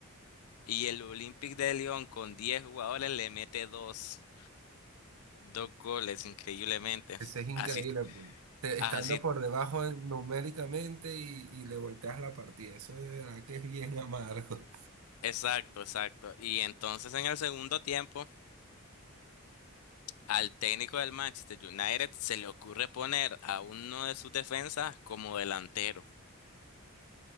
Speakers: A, on the left (about 80°); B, on the right (about 80°).
A: y el Olympique de León con 10 jugadores le mete dos, dos goles increíblemente.
B: ese es increíble,
A: Así,
B: pues. Te-
A: así,
B: estando por debajo en- numéricamente y, y le volteas la partida. Eso de verdad que es bien <laughs> amargo.
A: exacto, exacto. Y entonces en el segundo tiempo, al técnico del Manchester United se le ocurre poner a uno de sus defensas como delantero.